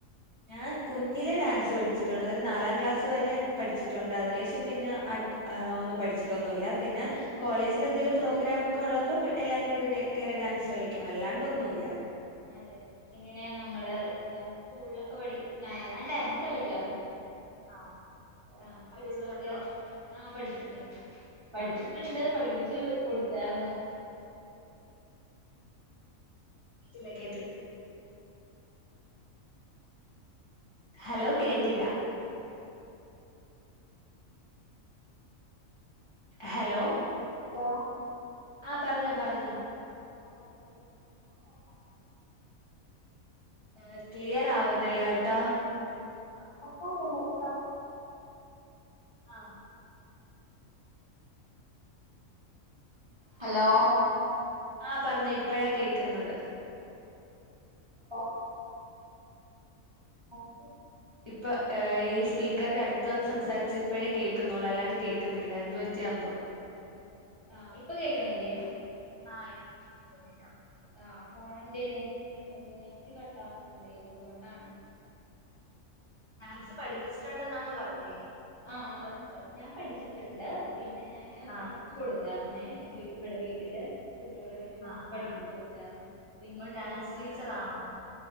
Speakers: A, on the left (about 45°); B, on the right (about 30°).
A: ഞാൻ കുഞ്ഞിലെ ഡാൻസ് പഠിച്ചിട്ടുണ്ട്. ഒരു നാലാം ക്ലാസ് വരെ പഠിച്ചിട്ടുണ്ട്. അതിനുശേഷം പിന്നെ ആ് ഒന്നും പഠിച്ചിട്ടൊന്നുല്ല പിന്നെ കോളേജിൽ എന്തേലും പ്രോഗ്രാംമ ഒക്കെ ഉള്ളപ്പോ എല്ലാരും കൂടി ടേ കയറി ഡാൻസ് കളിക്കും അല്ലാണ്ട് ഒന്നുല്ല.
B: അതെ എങ്ങനെയാ നമ്മള് ഞാൻ സ്കൂളിലൊക്കെ പഠിക് ഞാൻ ഞാൻ ഡാൻസ് കളിക്കാറുണ്ട്.
A: ആ
B: ആഹ സ്കൂള്ളൊക്കെ
A: പഠിച്ചിട്ടുണ്ടോ
B: ആഹ പഠിച്ചിട്ടുണ്ട് പഠിച്ചിട്ടുണ്ട്
A: ആ
B: പഠിപ്പിച്ച് കൊടുത്താർന്നു.
A: കേട്ട്ല്ല കേട്ടില്ല ഹലോ കേട്ടില്ല ഹലോ
B: ഹലോ
A: ആ പറഞ്ഞോ പറഞ്ഞോ
B: ആ പറിയൂ <unintelligible>
A: ഏഹ് ക്ലിയർ ആവുന്നില്ല ട്ടാ
B: ആഹ പക്കക്കണ്ട് പക്ക
A: ആഹ്
B: ഹലോ
A: ആഹ പറഞേ ഇപ്പഴാ കേക്ന്നത്.
B: ആ <unintelligible>
A: ഇപ്പൊ ഈ സ്പീക്കറിന്റെ അടുത്ത് വന്ന് സംസാരിച്ച ഇപ്പഴേ കേൾക്കുന്നുള്ളൂ. അല്ലാണ്ട് കേക്കുന്നില്ല എന്തു പറ്റിയാ എന്തോ? <inaudible>
B: ആഹ ഇപ്പൊ കേക്ണില്ലേ?
A: ആഹ ഇപ്പത്തേക്കാ ഇപ്പത്തേക്കാ
B: ആ ഫോണിന്റെ നെറ്റ് നെറ്റ് കട്ടാവുന്നുണ്ട് അതുകൊണ്ടാണ്.
A: ഡാൻസ് പഠിപ്പിച്ചിട്ടുണ്ടെന്നാണോ പറഞ്ഞേ?
B: ആ ഞാൻ പഠിച്ചിട്ട്ണ്ട് പിന്നെ ഞാന് പഠിപ്പി
A: ആഹ്
B: ച്ച് കൊടുത്താർ ഞാന് ഇവിടെ വീട്ടില് കുട്ടിയോള് വരും ആ
A: ആഹ്
B: വർക്ക് പഠിപ്പിച്ചു
A: ആഹ്
B: കൊടുത്തായിർന്നു. പിന്നെ
A: അപ്പൊ
B: ഈ
A: ഡാൻസ്
B: കൊറോണയുടെ
A: ടീച്ചറാണോ